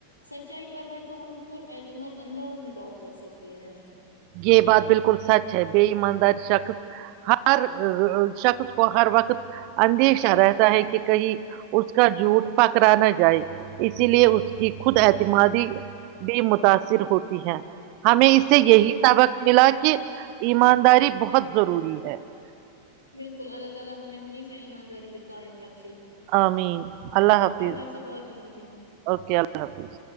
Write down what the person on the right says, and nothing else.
یہ بات بالکل سچ ہے بے ایماندار شخص ہر شخص کو ہر وقت اندیشہ رہتا ہے کہ کہیں اس کا جھوٹ پکڑا نہ جائے اسی لیے اس کی خود ا <unintelligible> اعتمادی بھی متاثر ہوتی ہے ہمیں اس سے یہی
سبق ملا کہ ایمانداری بہت ضروری ہے ا <inaudible>
آمین اللہ حافظ
اوکے اللہ حافظ